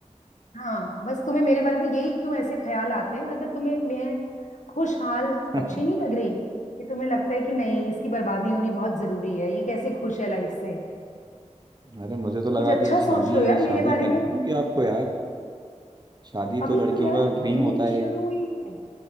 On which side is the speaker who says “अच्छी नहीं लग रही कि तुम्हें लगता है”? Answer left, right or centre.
Left